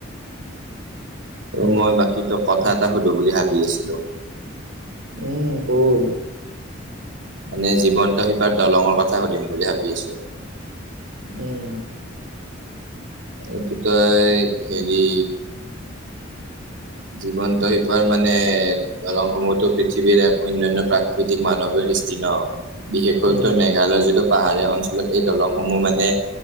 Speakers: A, on the right; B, on the right.
A: মই বাকী তোক কথা এটা সুধো বুলি ভাবি আছিলো।
B: উম শুধ
A: মানে জীৱন্ত শিপাৰ দলঙৰ কথা সুধিম বুলি ভাবি আছো।
B: উম
A: এইটো তই হেৰি জীৱন্ত শিপাৰ মানে দলংসমূহতো পৃথিৱীৰ এক অন্যান্য প্ৰাকৃতিক মানৱীয় সৃষ্টি ন। বিশেষকৈ
B: উম
A: উত্তৰ মেঘালয়ৰ যিটো পাহাৰীয়া অঞ্চলত এই দলংসমূহ মানে